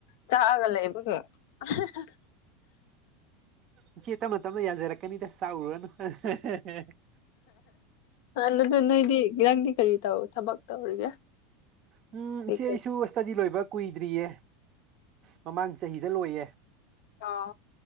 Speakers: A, on the left; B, on the right.
A: ꯆꯥꯛꯑꯒ ꯂꯩꯕꯒꯤ <unintelligible>
B: ꯏꯆꯦ ꯇꯝꯅ ꯇꯝꯅ ꯌꯥꯖꯔꯛꯀꯅꯤꯗ ꯆꯥꯛꯎꯔꯅꯨ <unintelligible>
A: ꯑꯗꯨꯗ ꯅꯣꯏꯗꯤ ꯅꯪꯗꯤ ꯀꯔꯤ ꯇꯧ ꯊꯕꯛ ꯇꯧꯔꯤꯒꯦ
B: ꯎꯝ
A: ꯀꯩꯀꯩ
B: ꯏꯆꯦ ꯑꯩꯁꯨ ꯏꯁꯇꯗꯤ ꯂꯣꯏꯕ ꯀꯨꯏꯗ꯭ꯔꯤꯌꯦ ꯃꯃꯥꯡ ꯆꯍꯤꯗ ꯂꯣꯏꯌꯦ
A: ꯑꫭ